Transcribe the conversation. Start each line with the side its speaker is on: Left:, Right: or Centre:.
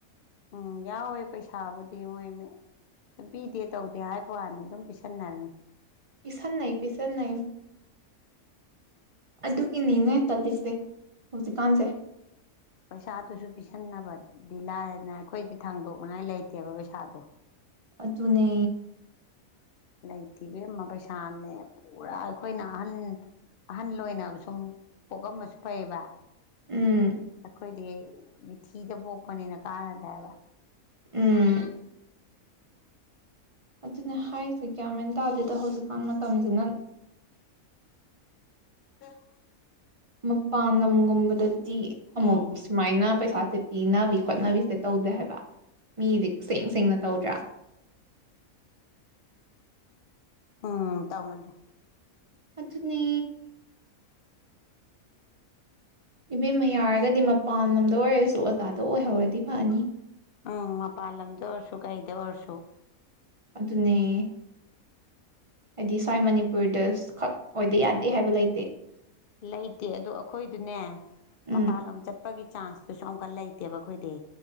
Left: ꯎꯝ ꯌꯥꯎꯋꯦ ꯄꯩꯁꯥꯕꯨꯗꯤ ꯃꯣꯏꯃꯦ ꯁꯨꯝ ꯄꯤꯗꯦ ꯇꯧꯗꯦ ꯍꯥꯏꯕ ꯋꯥꯅꯤ ꯑꯗꯨꯝ ꯄꯤꯁꯟꯅꯔꯅꯤ
Right: ꯄꯤꯁꯟꯅ ꯄꯤꯁꯟ ꯅ ꯑꯗꯨꯒꯤꯅꯤꯅꯦ ꯇꯜꯂꯤꯁꯦ ꯍꯧꯖꯤꯛꯀꯥꯟꯁꯦ
Left: ꯄꯩꯁꯥꯗꯨꯁꯨ ꯄꯤꯁꯟꯅꯕꯗꯤ ꯂꯥꯏꯅ ꯑꯩꯈꯣꯏꯗꯤ ꯊꯥꯡꯗꯣꯛꯅꯤꯡꯉꯥꯏ ꯂꯩꯇꯦꯕ ꯄꯩꯁꯥꯗꯣ
Right: ꯑꯗꯨꯅꯦ
Left: ꯂꯩꯇꯦ ꯏꯕꯦꯝꯃ ꯄꯩꯁꯥꯅꯦ ꯄꯨꯔꯥ ꯑꯩꯈꯣꯏꯅ ꯑꯍꯟ ꯑꯍꯟ ꯑꯣꯏꯅ ꯁꯨꯝ ꯄꯣꯛꯑꯝꯕꯁꯨ ꯐꯩꯌꯦꯕ
Right: ꯎꯝ
Left: ꯑꯩꯈꯣꯏꯗꯤ ꯕꯤꯊꯤꯗ ꯄꯣꯛꯄꯅꯤꯅ ꯀꯥꯟꯅꯗ꯭ꯔꯦꯕ
Right: ꯎꯝ ꯑꯗꯨꯅꯦ ꯍꯥꯏꯔꯤꯁꯦ ꯒ꯭ꯌꯥꯃꯥꯏꯦꯟ ꯇꯥꯗꯦꯗ ꯍꯧꯖꯤꯛꯀꯥꯟ ꯃꯇꯝꯁꯤꯅ
Left: ꯍ <unintelligible>
Right: ꯃꯄꯥꯟꯅꯒꯨꯝꯕꯗꯗꯤ ꯑꯃꯨꯛ
Left: ꯎꯝ
Right: ꯁꯨꯃꯥꯏꯅ ꯄꯩꯁꯥꯁꯦ ꯄꯤꯅꯕꯤ ꯈꯣꯠꯅꯕꯤꯁꯦ ꯇꯧꯗꯦ ꯍꯥꯏꯕ ꯃꯤꯗꯤ ꯁꯦꯡ ꯁꯦꯡꯅ ꯇꯧꯗ꯭ꯔꯥ
Left: ꯎꯝ ꯇꯧꯅꯗꯦ
Right: ꯑꯗꯨꯅꯦ ꯏꯕꯦꯝꯃ ꯌꯥꯔꯒꯗꯤ ꯃꯄꯥꯟ ꯂꯝꯗ ꯑꯣꯏꯔꯁꯨ ꯑꯣꯖꯥꯗ ꯑꯣꯏꯍꯧꯔꯗꯤ ꯐꯅꯤ
Left: ꯎꯝ ꯃꯄꯜ ꯂꯝꯗ ꯑꯣꯏꯔꯁꯨ ꯀꯩꯗ ꯑꯣꯏꯔꯁꯨ
Right: ꯑꯗꯨꯅꯦ ꯍꯥꯏꯗꯤ ꯁ꯭ꯋꯥꯏ ꯃꯅꯤꯄꯨꯔꯗ ꯈꯛ ꯑꯣꯏꯗ ꯌꯥꯗꯦ ꯍꯥꯏꯕ ꯂꯩꯇꯦ
Left: ꯂꯩꯇꯦ ꯑꯗꯣ ꯑꯩꯈꯣꯏꯗꯨꯅꯦ
Right: ꯎꯝ
Left: ꯃꯄꯥꯟꯂꯣꯝ ꯆꯠ ꯆꯠꯄꯒꯤ ꯆꯥꯟꯁꯇꯨꯁꯨ ꯑꯃꯨꯛꯀ ꯂꯩꯇꯦꯕ ꯑꯩꯈꯣꯏꯗꯤ